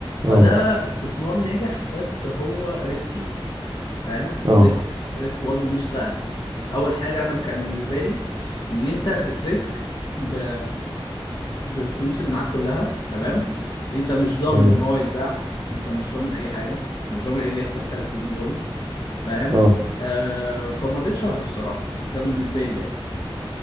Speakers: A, on the left; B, on the right.
A: فده
B: اه
A: استثمار ناجح بس هو ريسكي فاهم
B: اه
A: ريسك ريسك برضو مش سهل اول حاجه انا كان بالنسبه لي ان انت بتريسك ب... بالفلوس اللي معاك كلها تمام انت مش ضامن
B: تمام
A: ان هو يتباع انت مش ضامن اي حاجه مش ضامن ايه اللي يحصل في الثلاث سنين دول فاهم
B: اه
A: آه فما رضيتش اخده الصراحه ده بالنسبه لي يعني